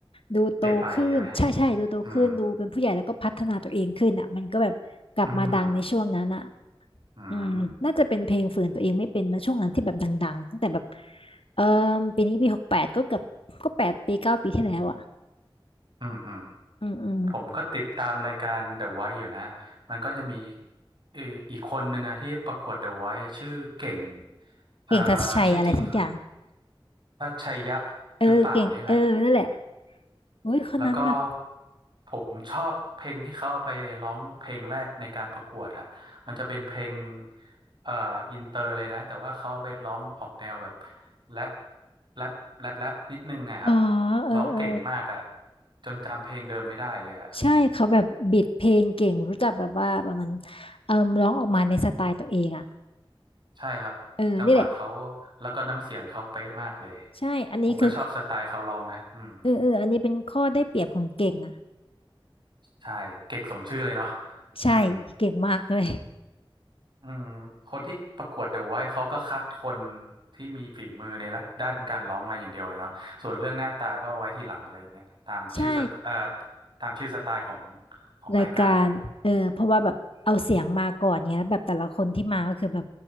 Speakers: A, on the left; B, on the right.
A: ดูโตขึ้นใช่ใช่ดูโตขึ้นดูเป็นผู้ใหญ่แล้วก็พัฒนาตัวเองขึ้นอ่ะมันก็แบบกลับมาดังในช่วงนั้นอ่ะ
B: เปลี่ยนไปใช่ไหมอืมอืม อืม
A: อืมน่าจะเป็นเพลงฝืนตัวเองไม่เป็นมาช่วงนั้นที่แบบดังๆตั้งแต่แบบเออปีนี้ปีหกแปดก็เกือบก็แปดปีเก้าปีที่แล้วอ่ะ
B: อืมอืม
A: อืมอืม
B: ผมก็ติดตามรายการ The Voice อยู่นะ มันก็จะมีเอ่ออีกคนหนึ่งอะที่ประกวด The Voice ชื่อเก่งเอ่อ
A: เก่งทัชชัยอะไรสักอย่าง
B: ชื่อจริงว่าชัยยะ
A: เออเก่งเออนั่นแหละ
B: หรือเปล่าเนี่ยแหละ
A: อุ้ยคนนั้นแบบ
B: แล้วก็ผมชอบเพลงที่เขาเอาไปร้องเพลงแรกในการประกวดอะมันจะเป็นเพลงเอ่ออินเตอร์เลยนะแต่ว่าเขาเอาไปร้องออกแนวแบบแรปแรปแรปแรปนิดนึงอะครับ
A: อ๋อเออเออ
B: ร้องเก่งมากอะจนจำเพลงเดิมไม่ได้เลยอะ
A: ใช่เขาแบบบิดเพลงเก่งรู้จักแบบว่าแบบมันเอ่ร้องออกมาในสไตล์ตัวเองอ่ะ
B: ใช่ครับจังหวะเขา
A: เออนี่แหละ
B: แล้วก็น้ำเสียงเขาเป๊ะมากเลย
A: ใช่อันนี้คือ
B: ผมก็ชอบสไตล์เขาร้องนะอืม
A: เออเอออันนี้เป็นข้อได้เปรียบของเก่งอ่ะ
B: ใช่เก่งสมชื่อเลยเนาะ
A: ใช่เก่งมากเลย
B: อืม อืมคนที่ประกวดเดอะไวท์เขาก็คัดคนที่มีฝีมือในละด้านการร้องมาอย่างเดียวเลยเนาะส่วนเรื่องหน้าตาก็เอาไว้ทีหลังอะไรอย่างเงี้ยตามชื่อสไตเอ่อ
A: ใช่
B: ตามชื่อสไตล์ของของรายการเลยอะ
A: รายการเออเพราะว่าแบบเอาเสียงมาก่อนเงี้ยแล้วแบบแต่ละคนที่มาก็คือแบบ